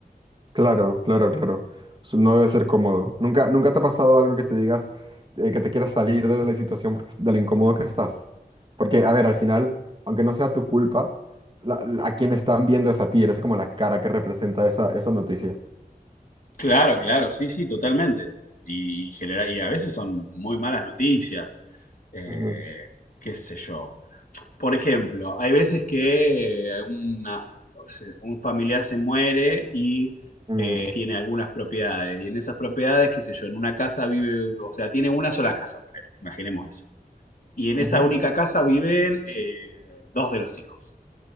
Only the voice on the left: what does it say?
Claro, claro, sí, sí, totalmente. Y, genera- y a veces son muy malas noticias. Eh,
qué sé yo. Por ejemplo, hay veces que eh, una f- o sea, un familiar se muere y
eh, tiene algunas propiedades. Y en esas propiedades, qué sé yo, en una casa vive, o sea, tiene una sola casa, ponele, imaginemos eso. Y en esa
única casa viven eh, dos de los hijos.